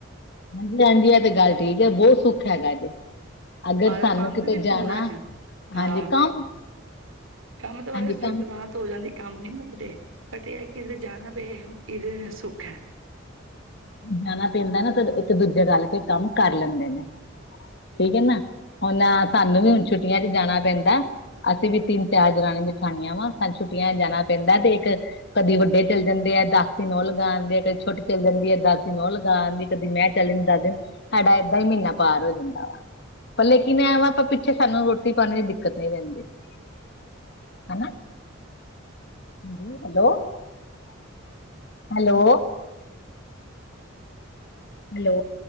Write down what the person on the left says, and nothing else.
ਹਾਂਜੀ-ਹਾਂਜੀ ਇਹ ਤੇ ਗੱਲ ਠੀਕ ਐ ਬਹੁਤ ਸੁੱਖ ਹੈਗਾ ਜੇ। ਅਗਰ
ਸਾਨੂੰ
ਕਿਤੇ
ਜਾਣਾ
ਹਾਂਜੀ ਕੰਮ
ਹਾਂਜੀ
ਕੰਮ
ਜਾਣਾ ਪੈਂਦਾ ਨਾ ਤੇ ਇੱਕ ਦੂਜੇ ਰਲ ਕੇ ਕੰਮ ਕਰ ਲੈਂਦੇ ਨੇ। ਠੀਕ ਐ ਨਾ ਹੁਣ ਸਾਨੂੰ ਵੀ ਹੁਣ ਛੁੱਟੀਆਂ 'ਚ ਜਾਣਾ ਪੈਂਦਾ। ਅਸੀਂ ਵੀ ਤਿੰਨ ਚਾਰ ਦਰਾਣੀ- ਜਠਾਨੀਆਂ ਵਾ ਸਾਨੂੰ ਛੁੱਟੀਆਂ ਜਾਣਾ ਪੈਂਦਾ ਤੇ ਇੱਕ ਕਦੀ ਵੱਡੇ ਚੱਲ ਜਾਂਦੇ ਆ ਦਸ ਦਿਨ ਉਹ ਲਗਾਉਂਦੇ ਆ ਕਦੀ ਛੋਟੀ ਚੱਲ ਜਾਂਦੀ ਐ। ਦਸ ਦਿਨ ਉਹ ਲਗਾ ਆਂਦੀ ਕਦੀ ਮੈਂ ਚੱਲਦਾ ਦਸ ਦਿਨ ਸਾਡਾ ਏਦਾਂ ਹੀ ਮਹੀਨਾ ਪਾਰ ਹੋ ਜਾਂਦਾ ਵਾ। ਪਰ ਲੇਕਿਨ ਐ ਵਾਂ ਆਪਾਂ ਪਿੱਛੇ ਸਾਨੂੰ ਰੋਟੀ ਪਾਣੀ ਦੀ ਦਿੱਕਤ ਨਹੀਂ ਰਹਿੰਦੀ। <unintelligible> ਹੈਨਾ <inaudible> ਹਾਂ ਹੈਲੋ <inaudible> ਹੈਲੋ ਹੈਲੋ